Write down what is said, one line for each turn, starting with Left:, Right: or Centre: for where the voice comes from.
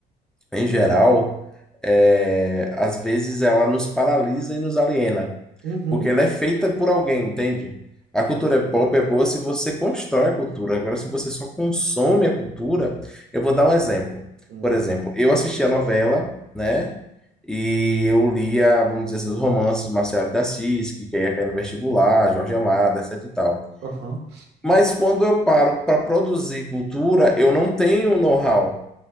Centre: em geral, é, às vezes ela nos paralisa e nos aliena,
Right: Uhum.
Centre: porque ela é feita por alguém, entende? A
Right: Entendi.
Centre: cultura pop é boa se você constrói a cultura. Agora, se você só consome a cultura, eu vou dar um exemplo.
Right: Hum.
Centre: Por exemplo, eu assisti a novela, né? E eu lia, vamos dizer assim, os romances de Marcelo de Assis, que ia cair no vestibular, Jorge Amado, etc e tal.
Right: Aham.
Centre: Mas quando eu paro para produzir cultura, eu não tenho know-how.